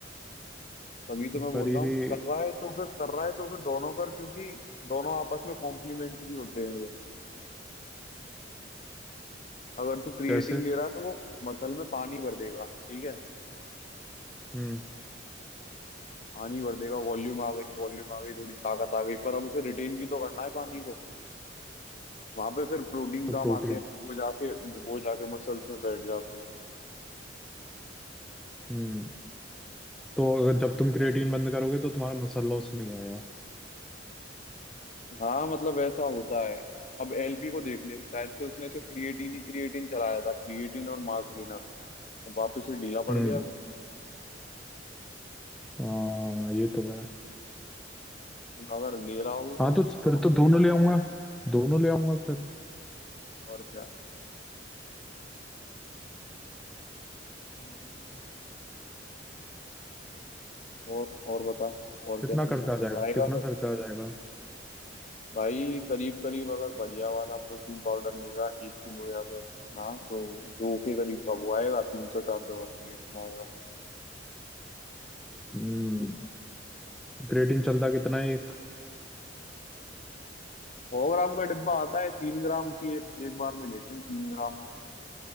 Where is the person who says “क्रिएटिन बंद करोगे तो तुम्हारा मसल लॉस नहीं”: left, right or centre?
Centre